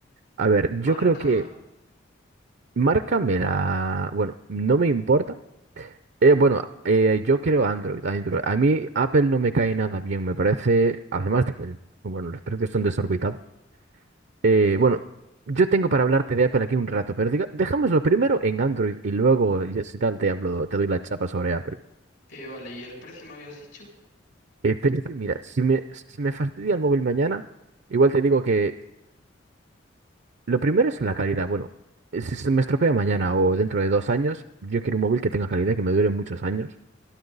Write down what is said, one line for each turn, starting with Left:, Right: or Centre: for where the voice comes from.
Right: a ver, yo
Left: ¿Marca?
Right: creo que márcame la, bueno, no me importa Eh, bueno, eh, yo quiero Android, Android. A mí Apple no me cae nada bien, me parece, además de que, el- bueno, los precios son desorbitados. Eh, bueno, yo tengo para hablarte de Apple aquí un rato, pero diga, dejámoslo primero en Android y luego, ya si tal, te hablo, te doy la chapa sobre Apple.
Left: Eh, vale, ¿y el precio me habías dicho?
Right: Eh, pero es que, mira, si me, si me fastidia el móvil mañana, igual te digo que lo primero es la calidad. Bueno, eh, si se me estropea mañana o dentro de dos años, yo quiero un móvil que tenga calidad, que me dure muchos años,